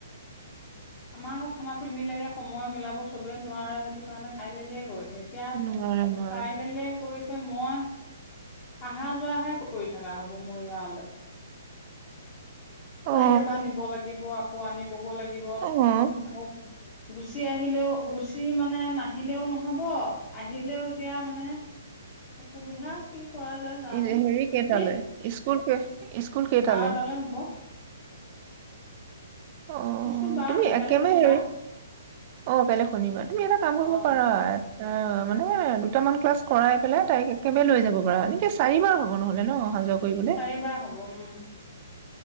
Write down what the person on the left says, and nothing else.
আমাকো খানাটো মিলেগে সময় মিলাব চবে নোৱাৰে সেইটো কাৰণে কাইলেলে কৰিছো তেতিয়া
কাইললে কৱিছো মই অহা যোৱাহে কৰি থকা হ'ব মৰিগাঁৱলে
তাইক এবাৰ নিব লাগিব আকৌ আনিব ধুব লাগিব
আকৌ গুচি আহিলেও গুচি মানে নাহিলেও নহব আহিলেও এতিয়া মানে অসুবিধা কি কৰা যায় জানো
যদি
বাৰটালৈ হ'ব
স্কুল বাৰটালৈ
কালি শনিবাৰ
অ
চাৰিবাৰ হব উম